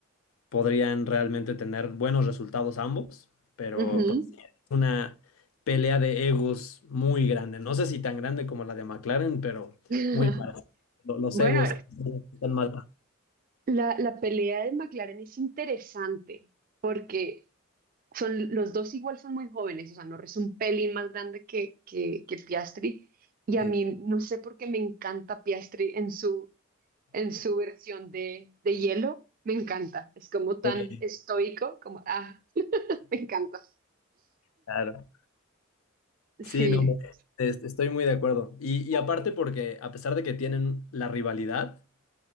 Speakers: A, on the left; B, on the right.
A: podrían realmente tener buenos resultados ambos, pero
B: Ujú.
A: pues es una pelea de egos muy grande. No sé si tan grande como la de McLaren, pero
B: <laughs>
A: muy parecida. Lo- Los
B: Bueno,
A: egos están están matando.
B: La, la pelea de McLaren es interesante porque son, los dos igual son muy jóvenes, o sea, Norris es un pelín más grande que, que, que Piastri y
A: Sí,
B: a mí no sé por qué me encanta Piastri en su, en su versión de, de hielo, me encanta, es como tan
A: sí,
B: estoico, como, ah, <laughs> me encanta.
A: claro.
B: Sí,
A: Sí, no, me- es- estoy muy de acuerdo. Y, y aparte porque a pesar de que tienen la rivalidad,